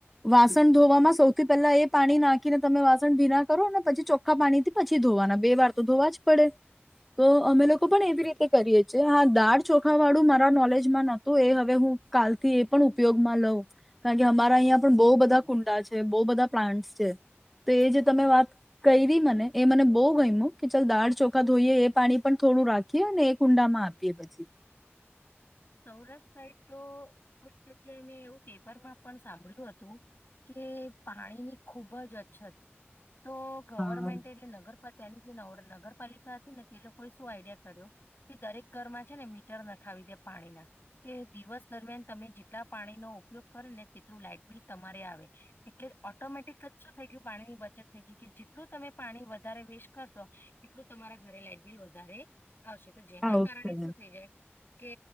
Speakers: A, in the centre; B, on the left.
A: વાસણ ધોવામાં સૌથી પહેલા એ પાણી નાખી. ને તમે વાસણ ભીના કરો. અને પછી ચોખ્ખા પાણીથી પછી ધોવાના બે વાર તો ધોવા જ પડે તો અમે લોકો પણ એવી રીતે કરીએ છીએ. હા દાળ ચોખા વાળું મારા નોલેજમાં નતું એ હવે હું કાલથી એ પણ ઉપયોગમાં લઉ. કારણ કે અમારા અહીં પણ બહુ બધા કુંડા છે. બહુ બધા પ્લાન્ટ છે. તો એ જે તમે વાત કરી મને એ મને બહુ ગમ્યું. કે ચાલ દાળ ચોખા ધોઈએ એ પાણી પણ થોડું રાખીએ અને એ કુંડામાં આપીએ પછી.
B: સૌરાષ્ટ્ર સાઈડ કુ જગ્યાએ મેં એવું પેપરમાં પણ સાંભળ્યું હતું. કે પાણીની ખુબ જ અછત. તો ગવર્મેન્ટ
A: હા
B: એટલે નગર. ત્યાંની જે નગરપાલિકા હતી ને તે લોકોએ શું આઈડિયા કર્યો કે દરેક ઘરમાં છે. ને મીટર ના ખાવી દે પાણી ના. કે દિવસ દરમિયાન. તમે જેટલા પાણીનોો ઉપયોગ કરો ને. તેટલું લાાઈટ બિલ તમારે આવે એટલે ઓટોમેટિક જ શું થઈ ગયું પાણીની બચત થઈ ગઈ કે જેટલું તમે પાણી વધારે વેસ્ટ કરશો એટલું તમારા ઘરે લાાઈટ બિલ વધારે. આવશે તો. જેના
A: આવશે
B: કારણે શું થઈ જાય. કે